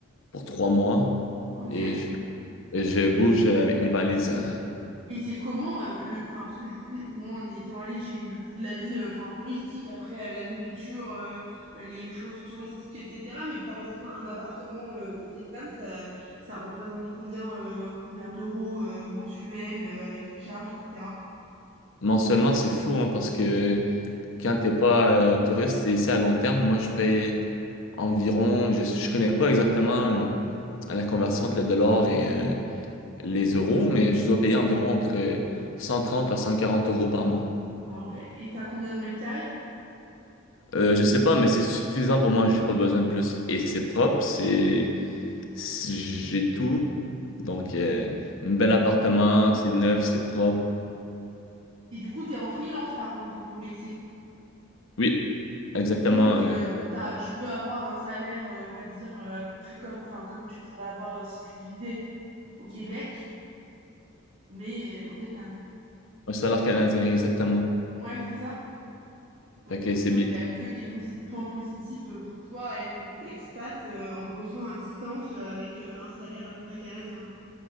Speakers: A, on the left; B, on the right.
A: pour trois mois
B: Ok.
A: et je, et je bouge avec mes valises.
B: Et c'est comment euh, le, enfin parce que du coup moi en y étant allée j'ai eu le coût de la vie euh, enfin touristique après euh, la nourriture euh, les choses touristiques etc mais par exemple un appartement euh, au Vietnam ça ça représente combien euh, combien d'euros euh, mensuels euh, avec les charges etc.
A: <laughs> Mensuellement, c'est fou hein, parce que quand t'es pas euh, touriste, et ici à long terme. Moi, je paye environ, je, je connais pas exactement euh, la conversion entre le dollar et euh, les euros, mais je dois payer environ entre 130 à 140 euros par mois.
B: Ah ouais et t'as combien de mètres carrés?
A: Euh, je sais pas, mais c'est suffisant pour moi. J'ai pas besoin de plus. Et c'est propre, c'est c'est- j'ai tout. Donc, euh, un bel appartement, c'est neuf, c'est propre.
B: Et du coup t'es en freelance par contre pour ton métier.
A: Oui, exactement.
B: Donc,
A: euh,
B: euh, t'as- tu peux avoir un salaire, euh, on va dire, euh, à peu près comme, enfin, comme tu pourrais avoir euh, si tu vivais au Québec, mais euh, au Vietnam.
A: un salaire canadien, exactement.
B: Ouais, c'est ça? Oui,
A: Fait
B: donc
A: que
B: c'est
A: c'est
B: sûr
A: bien.
B: qu'il n'y a que des posi- points positifs euh, pour toi à être un peu expat euh, en bossant à distance euh, avec euh, un salaire à peu près canadien.